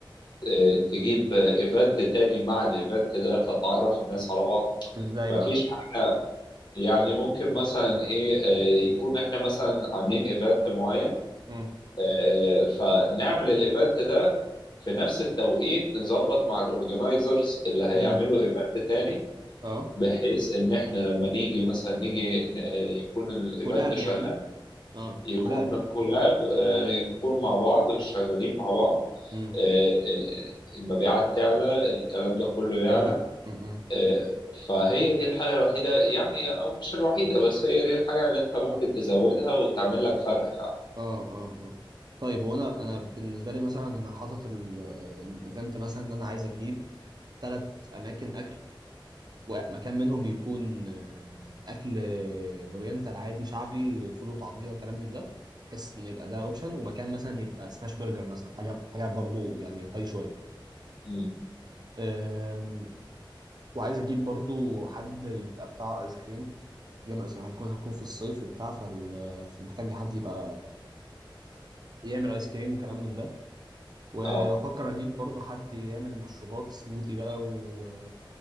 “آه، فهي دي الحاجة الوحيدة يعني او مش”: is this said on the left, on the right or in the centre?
Left